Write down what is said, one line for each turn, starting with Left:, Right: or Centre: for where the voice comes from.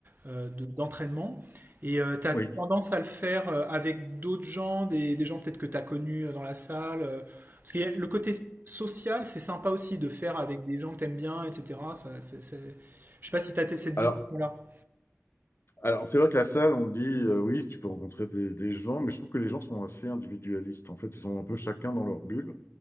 Right: euh, de- d'entraînement et euh, t'as
Left: Oui.
Right: tendance à le faire euh, avec d'autres gens, des, des gens peut-être que t'as connus euh, dans la salle. euh, parce que y a- le côté s- social, c'est sympa aussi de faire avec des gens que t'aimes bien, etc. Ça, c'est, c'est- Je sais pas si t'as t- cette dimension-là.
Left: Alors, Alors, c'est vrai que la salle, on dit, euh, oui, tu peux rencontrer des, des gens, mais je trouve que les gens sont assez individualistes. En fait, ils sont un peu chacun dans leur bulle.